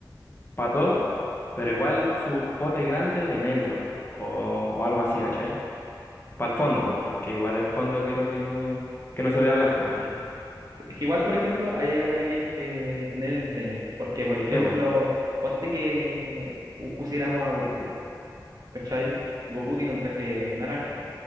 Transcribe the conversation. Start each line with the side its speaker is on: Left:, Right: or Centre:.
Left: para todo, pero igual su pote grande de negro o, o algo así, ¿cachai? Para el fondo, pues, porque igual el fondo quiero que no, que no se vea blanco, porque sí.
Right: Que- que Igual, por ejemplo, ahí habría que eh, tener el diseño. Porque, por ejemplo,
Left: Sí,
Right: ponte que pu- pusiéramos a Goku. ¿Cachai? Goku tiene un traje naranja.